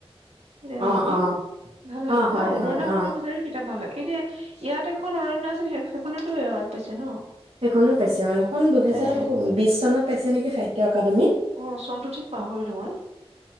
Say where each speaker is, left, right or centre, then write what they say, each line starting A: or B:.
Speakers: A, on the right (about 85°); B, on the right (about 70°).
A: দে মাংসুুৰ
B: অ অ
A: ভাল লাগে
B: অ হয়
A: আৰু অনুৰাধা
B: হয় অ
A: শৰ্মা পূজাৰীও কিতাপ ভাল লাগে এতিয়া ইয়াত এখন অৰণ্য আছিল সেই ুতো সেৱাৰ দিছে ন
B: এখনো পাইছে এখন দুহেজাৰ
A: পাইছে।
B: বিশ চনত পাইছে নেকিাহিত্যকাডেী
A: অ চনটো ঠিক পাহৰিলো মই